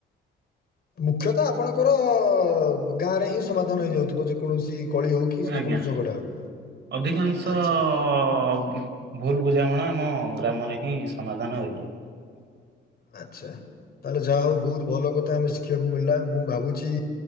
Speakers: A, on the left; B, on the right.
A: ମୁଖ୍ୟତ ଆପଣଙ୍କର ଗାଁରେ ହିଁ ସମାଧାନ ହେଇଯାଉଥିବ ଯେ କୌଣସି କଳି ହଉ କି କୌଣସି
B: ଆଜ୍ଞା
A: ଝଗଡା ହଉ।
B: ଅଧିକାଂଶ
A: ଆଚ୍ଛା
B: ଅ ଭୁଲ୍ ବୁଝାମଣା ଆମ ଗ୍ରାମରେ ହିଁ ସମାଧାନ ହୋଇଯାଏ।
A: ଆଚ୍ଛା ତାହେଲେ ଯାହା ହଉ ବହୁତ୍ ଭଲ କଥା ଆମେ ଶିଖିବାକୁ ମିଳିଲା ମୁଁ ଭାବୁଚି